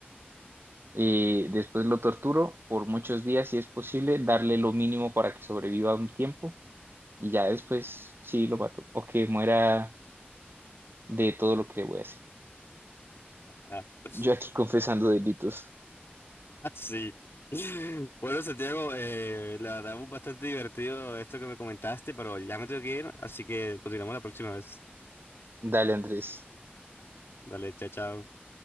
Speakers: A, on the right; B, on the left.
A: eh, después lo torturo por muchos días si es posible, darle lo mínimo para que sobreviva un tiempo y ya después sí lo mato o que muera de todo lo que le voy a hacer.
B: Ah, <laughs>
A: Yo aquí confesando delitos.
B: sí. Bueno, Santiago, eh, la verdad fue bastante divertido esto que me comentaste, pero ya me tengo que ir, así que continuamos la próxima vez.
A: Dale, Andrés.
B: Dale, chao, chao.